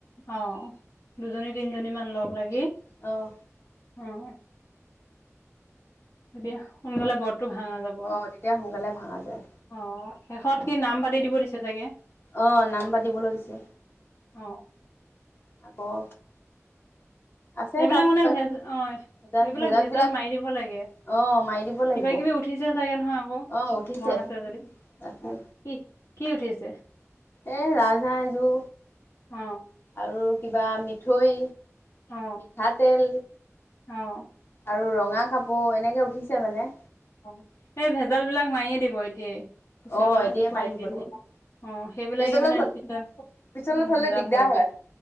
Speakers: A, on the left (about 65°); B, on the left (about 45°).
A: অ' দুজনী তিনিজনী মান লগ লাগি।
B: অ'
A: অ', তেতিয়া সোনকালে বৰতটো ভাঙা যাব। আৰু।
B: অ' তেতিয়া সোনকালে ভাঙা যায়।
A: অ' শেষত কি নাম পাতি দিব দিছে চাগে?
B: অ' নাম পাতিবলৈ দিছে।
A: অ'
B: আকৌ আছে
A: এইবিলাক
B: তাত
A: মানে
B: কিবা
A: ভেজ
B: কিবি
A: অ'
B: ভেজা
A: এইবিলাক ভেজাল
B: বিলাক
A: মাৰি দিব লাগে।
B: অ মাৰি দিব লাগিব
A: কিবা কিবি উঠিছে চাগে নহয় আকৌ
B: অ উঠিছে
A: ব্ৰত আছে যদি।
B: আছে।
A: অ কি কি উঠিছে?
B: এই ৰাজহাঁহ এযোৰ।
A: অ
B: আৰু কিবা মিথই,
A: অ
B: মিঠাতেল।
A: অ'
B: আৰু ৰঙা কাপোৰ এনেকে উঠিছে মানে।
A: অ' এই ভেজাল বিলাক মাৰিয়ে দিব এতিয়াই। পিছলৈ
B: অ এতিয়াই
A: থয়
B: মাৰি
A: নিদিব
B: দিব
A: অ' সেইবিলাকে
B: পিছলৈ
A: মানে পিছত
B: পিছলৈ
A: উম,
B: থলে
A: ভেজাল
B: দিগদাৰ
A: হয়গৈ
B: হয়